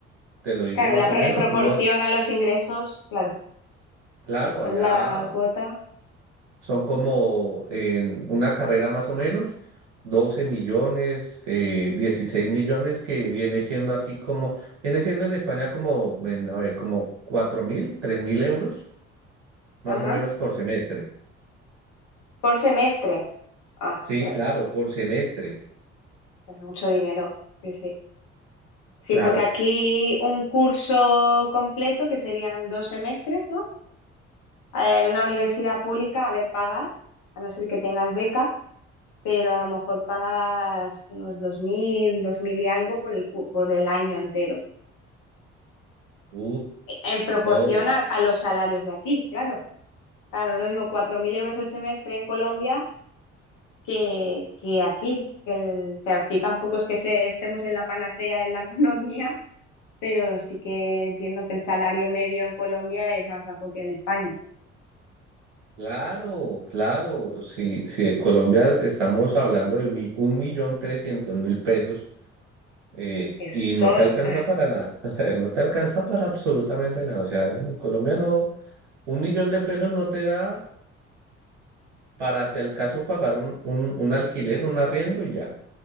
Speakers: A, on the right; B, on the left.
A: te lo digo
B: Claro,
A: más
B: la pro-
A: o menos,
B: en proporción
A: unos,
B: a los ingresos, claro,
A: claro,
B: depende
A: allá
B: la cuota.
A: Son como en una carrera más o menos, 12 millones, eh, 16 millones, que viene siendo aquí como, viene siendo en España como, en, a ver, como cuatro mil, tres mil euros, más
B: Ajá.
A: o menos por semestre.
B: Por semestre. Ah,
A: Sí,
B: ostras,
A: claro, por semestre,
B: es mucho dinero. Sí, sí. Sí,
A: claro.
B: porque aquí un curso completo, que serían dos semestres, ¿no? Eh, En una universidad pública, a ver, pagas, a no ser que tengas beca, pero a lo mejor pagas unos dos mil, dos mil y algo por el, cu- por el año entero.
A: Uf,
B: E, En proporción
A: no, y
B: a a los salarios de aquí, claro. Claro, no es lo mismo 4.000 euros el semestre en Colombia que, que aquí, que, el- que aquí tampoco es que se- estemos en la panacea en la <laughs> economía, pero sí que entiendo que el salario medio en Colombia es más bajo que en España,
A: claro, claro. Si, si en Colombia estamos hablando de un millón trescientos mil pesos eh,
B: que son...
A: y no te alcanza para nada, <laughs> no te alcanza para absolutamente nada. O sea, en Colombia no, un millón de pesos no te da para, si al caso, pagar un, un, un alquiler, un arriendo y ya.